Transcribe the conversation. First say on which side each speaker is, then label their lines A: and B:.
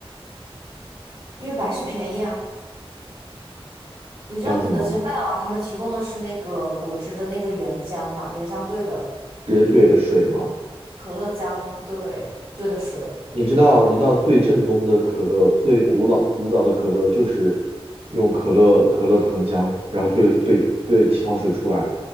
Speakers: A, on the right; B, on the right.
A: 因为百事便宜啊。你知道肯德基、
B: 这样子吗？
A: 麦当劳他们提供的是那个果汁的那个原浆嘛？原浆兑的。
B: 直接兑的水吗？
A: 可乐姜兑兑的水，
B: 你知道，你知道最正宗的可乐，最古老古早的可乐就是用可乐可乐糖浆，然后兑兑兑气泡水出来，